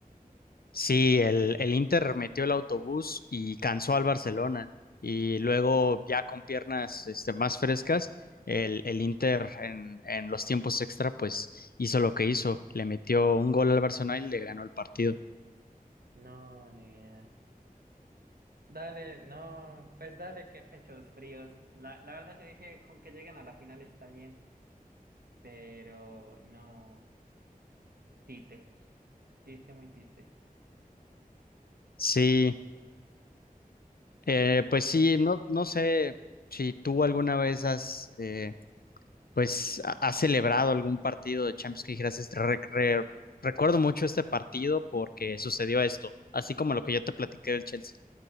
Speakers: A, on the left; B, on the right.
A: Sí, el, el Inter metió el autobús y cansó al Barcelona. Y luego, ya con piernas este, más frescas, el, el Inter en, en los tiempos extra, pues hizo lo que hizo. Le metió un gol al Barcelona y le ganó el partido.
B: No, ni idea. Dale, no, pues dale, qué pechos fríos. La, la verdad yo dije con que lleguen a la final está bien, pero no, tite, tiste muy tiste.
A: Sí, eh, pues sí, no, no sé si tú alguna vez has, eh, pues, ha- has celebrado algún partido de Champions que dijeras, "Este, re- re- recuerdo mucho este partido porque sucedió esto, así como lo que yo te platiqué del Chelsea.